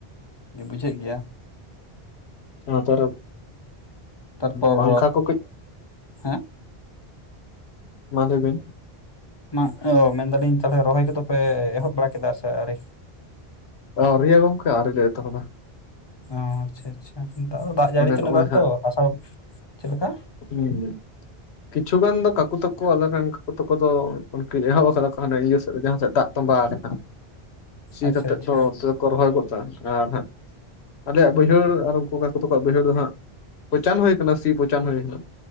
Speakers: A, on the left (about 30°); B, on the left (about 80°).
A: ᱜᱮ ᱵᱩᱡᱷᱟᱹᱜ ᱜᱮᱭᱟ
B: ᱚᱱᱟ ᱛᱚᱨ
A: ᱛᱟᱨᱯᱚᱨ
B: ᱯᱟᱝᱠᱷᱟ ᱠᱚ ᱠᱟᱹᱡ
A: ᱦᱮᱸ
B: ᱢᱟ ᱞᱟᱹᱭ ᱵᱤᱱ
A: ᱢᱟ ᱚ ᱢᱮᱱᱫᱟᱞᱤᱧ ᱛᱟᱦᱚᱞᱮ ᱨᱚᱦᱚᱭ ᱠᱚᱫᱚ ᱯᱮ ᱮᱦᱚᱵ ᱵᱟᱲᱟ ᱠᱮᱫᱟ ᱥᱮ ᱟᱹᱣᱨᱤ
B: ᱟᱣᱨᱤᱭᱟ ᱜᱚᱝᱠᱮ ᱟᱣᱨᱤ ᱮᱛᱚᱦᱚᱵᱟ
A: ᱚ ᱟᱪᱪᱷᱟ ᱟᱪᱪᱷᱟ ᱫᱟᱜ ᱡᱟᱹᱲᱤ
B: ᱢᱟᱱᱮ
A: ᱛᱮ
B: ᱱᱚᱜᱼᱚᱭ
A: ᱱᱮᱛᱟᱨ ᱛᱚ ᱟᱥᱟᱲ ᱪᱮᱫ ᱞᱮᱠᱟ
B: ᱦᱩᱸ ᱦᱩᱸ ᱠᱤᱪᱷᱩ ᱜᱟᱱ ᱫᱚ ᱠᱟᱠᱩ ᱛᱟᱠᱚ ᱟᱞᱮᱨᱮ ᱨᱮᱱ ᱠᱟᱠᱚ ᱛᱟᱠᱚ ᱫᱚ ᱮᱦᱚᱵ ᱟᱠᱟᱫᱟ ᱠᱚ ᱦᱟᱱᱮ ᱤᱭᱟᱹ ᱥᱮᱫ ᱨᱮ ᱡᱟᱦᱟᱸ ᱥᱮᱫ ᱫᱟᱜ ᱛᱚᱢᱵᱟ ᱨᱮᱜ ᱥᱤ
A: ᱟᱪᱪᱷᱟ
B: ᱠᱟᱛᱮᱫ
A: ᱟᱪᱪᱷᱟ
B: ᱫᱚ ᱚᱱᱛᱮ ᱫᱚ ᱠᱚ ᱨᱚᱦᱚᱭ ᱜᱚᱫᱟ ᱟᱨ ᱦᱟᱜ ᱟᱞᱮᱭᱟᱜ ᱵᱟᱹᱭᱦᱟᱹᱲ ᱟᱨ ᱩᱱᱠᱩ ᱠᱟᱠᱩ ᱛᱟᱠᱚᱣᱟᱜ ᱵᱟᱹᱭᱦᱟᱹᱲ ᱫᱚ ᱦᱟᱸᱜ ᱯᱚᱪᱟᱱ ᱦᱩᱭᱩ ᱟᱠᱟᱱᱟ ᱥᱤ ᱪᱟᱱ ᱦᱩᱭ ᱟᱠᱟᱱᱟ